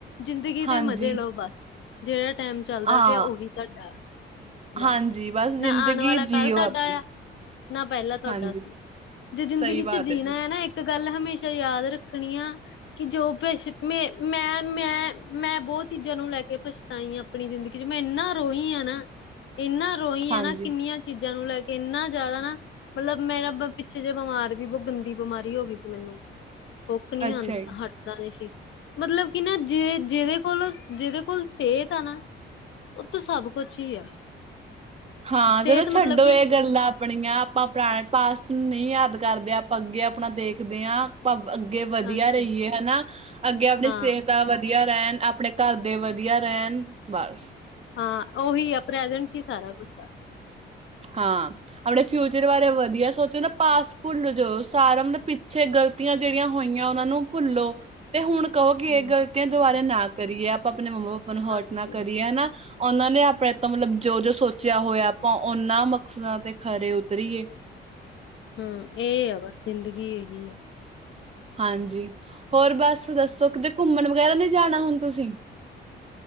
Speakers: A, on the left (about 70°); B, on the right (about 30°).
A: ਜ਼ਿੰਦਗੀ
B: ਹਾਂਜੀ
A: ਦੇ ਮਜ਼ੇ ਲਓ ਬਸ, ਜਿਹੜਾ ਟਾਈਮ ਚੱਲਦਾ
B: ਹਾਂ
A: ਪਿਆ ਉਹੀ ਤੁਹਾਡਾ, ਬਸ,
B: ਹਾਂਜੀ ਜ਼ਿੰਦਗੀ
A: ਨਾ ਆਉਣ ਵਾਲਾ
B: ਜੀਓ
A: ਕੱਲ੍ਹ ਤੁਹਾਡਾ
B: ਆਪਣੀ
A: ਆ, ਨਾ ਪਹਿਲਾਂ ਤੁਹਾਡਾ
B: ਹਾਂਜੀ
A: ਸੀ, ਜੇ ਜ਼ਿੰਦਗੀ
B: ਸਹੀ ਬਾਤ
A: ਚ ਜੀਣਾ
B: ਜੀ
A: ਹੈ ਨਾ ਇੱਕ ਇੱਕ ਗੱਲ ਹਮੇਸ਼ਾ ਯਾਦ ਰੱਖਣੀ ਆ, ਕਿ ਜੋ ਪਿਛ ਮੈਂ ਮੈਂ ਮੈਂ ਮੈਂ ਬਹੁਤ ਚੀਜ਼ਾਂ ਨੂੰ ਲੈ ਕੇ ਪਛ ਤਾਂ ਹੀ ਆਪਣੀ ਜ਼ਿੰਦਗੀ ਚ ਮੈਂ ਇੰਨਾ ਰੋਹੀ ਹਾਂ ਨਾ, ਇੰਨਾ ਰੋਈ
B: ਹਾਂਜੀ
A: ਆ ਨਾ ਕਿੰਨੀਆਂ ਚੀਜ਼ਾਂ ਨੂੰ ਲੈ ਕੇ ਇੰਨਾ ਜ਼ਿਆਦਾ ਨਾ, ਮਤਲਬ ਮੇਰਾ ਪਿੱਛੇ ਜਿ ਬਿਮਾਰ ਵੀ ਬਹੁਤ ਗੰਦੀ ਬਿਮਾਰੀ ਹੋ ਗਈ ਸੀ ਮੈਨੂੰ। ਕੁੁੱਕ ਨਹੀਂ
B: ਅੱਛਾ
A: ਆਉਂਦਾ
B: ਜੀ
A: ਹ ਇਦਾਂ ਦੇ ਸੀ ਮਤਲਬ ਕਿ ਨਾ ਜੇ ਜਿਹਦੇ ਕੋਲ ਜਿਹਦੇ ਕੋਲ ਸਿਹਤ ਆ ਨਾ, ਉਥ ਸਭ ਕੁਛ ਹੀ ਆ,
B: ਹਾਂ,
A: ਸਿਹਤ
B: ਚਲੋ ਛੱਡੋ
A: ਮਤਲਬ ਕਿ
B: ਇਹ ਗੱਲਾਂ ਆਪਣੀਆਂ, ਆਪਾਂ ਪੁਰਾਣੇ ਪਾਸਟ ਨੂੰ ਨਹੀਂ ਯਾਦ ਕਰਦੇ ਆਪਾਂ ਅੱਗੇ ਆਪਣਾ ਦੇਖਦੇ ਹਾਂ, ਆਪ ਅੱਗੇ ਵਧੀਆ
A: ਹਾਂਜੀ
B: ਰਹੀਏ ਹਨਾ ਅੱਗੇ ਆਪਣੀ
A: ਹਾਂ
B: ਸਿਹਤ ਦਾ ਵਧੀਆ ਰਹਿਣ ਆਪਣੇ ਘਰਦੇ ਵਧੀਆ ਰਹਿਣ ਬਸ,
A: ਹਾਂ, ਉਹੀ ਆ ਪ੍ਰੈਜੈਂਟ ਹੀ ਸਾਰਾ ਕੁਛ ਆ।
B: ਹਾਂ। ਆਪਣੇ ਫਿਊਚਰ ਬਾਰੇ ਵਧੀਆ ਸੋਚੋ ਨਾ ਪਾਸਟ ਭੁੱਲ ਜਾਓ ਸਾਰਾ ਮਤਲਬ ਪਿੱਛੇ ਗਲਤ ਗੱਲਤੀਆਂ ਜਿਹੜੀਆਂ ਹੋਈਆਂ ਉਹਨਾਂ ਨੂੰ ਭੁੱਲੋ। ਤੇ ਹੁਣ ਕਹੋ ਇਹ
A: ਹਮ
B: ਗਲਤੀਆਂ ਦੁਬਾਰੇ ਨਾ ਕਰੀਏ ਆਪਾਂ ਆਪਣੇ ਮੰਮਾ ਪਾਪਾ ਨੂੰ ਹਰਟ
A: ਹਾਂਜੀ
B: ਨਾ ਕਰੀਏ ਹਨਾ। ਉਹਨਾਂ ਨੇ ਆਪਣੇ ਤੋਂ ਮਤਲਬ ਜੋ ਜੋ ਸੋਚਿਆ ਹੋਇਆ ਆਪਾਂ ਉਹਨਾਂ ਮਕਸਦਾਂ ਤੇ ਖਰੇ ਉਤਰੀਏ।
A: ਹੂੰ, ਇਹ ਆ ਬਸ ਜ਼ਿੰਦਗੀ ਇਹੀ ਆ।
B: ਹਾਂਜੀ, ਹੋਰ ਬਸ ਦੱਸੋ ਕਿਤੇ ਘੁੰਮਣ ਵਗੈਰਾ ਨਹੀਂ ਜਾਣਾ ਹੁਣ ਤੁਸੀਂ।